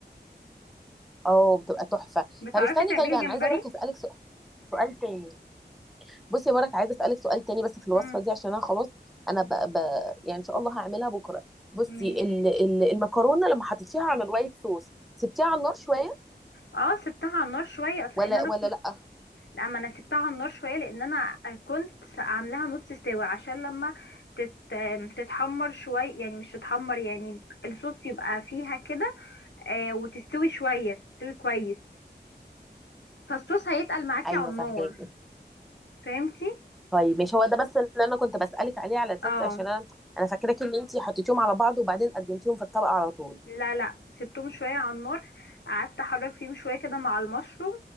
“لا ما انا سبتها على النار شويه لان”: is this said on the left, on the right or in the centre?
Left